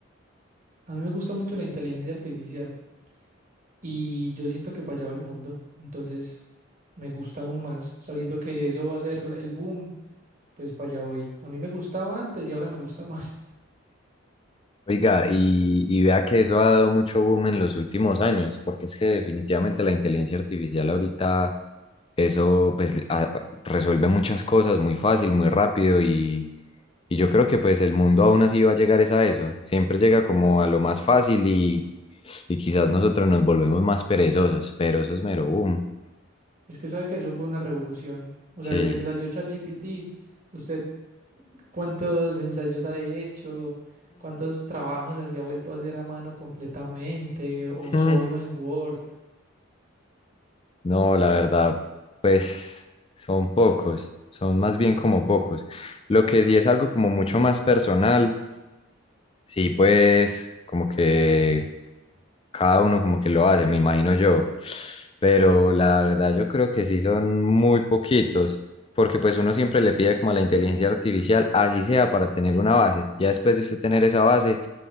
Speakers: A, on the right; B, on the left.
A: A mí me gusta mucho la inteligencia artificial y yo siento que para allá va el mundo. Entonces me gusta aún más, sabiendo que eso va a ser el boom, pues para allá voy. A mí me gustaba antes y ahora me gusta más. <laughs>
B: Oiga, y, y vea que eso ha dado mucho boom en los últimos años, porque es que definitivamente la inteligencia artificial ahorita, eso pues a- resuelve muchas cosas muy fácil, muy rápido y, y yo creo que pues el mundo aún así va a llegar es a eso, siempre llega como a lo más fácil y, y quizás nosotros nos volvemos más perezosos, pero eso es mero boom,
A: Es que sabe que eso fue una revolución. O
B: sí.
A: sea, desde que salió ChatGPT, usted cuántos ensayos ha hecho, cuántos trabajos así ha vuelto a hacer a mano completamente o solo
B: <laughs>
A: en Word.
B: No, la verdad, pues son pocos, son más bien como pocos. Lo que sí es algo como mucho más personal, sí, pues como que cada uno como que lo hace, me imagino yo. Pero la verdad yo creo que sí son muy poquitos, porque pues uno siempre le pide como a la inteligencia artificial, así sea para tener una base. Ya después de usted tener esa base,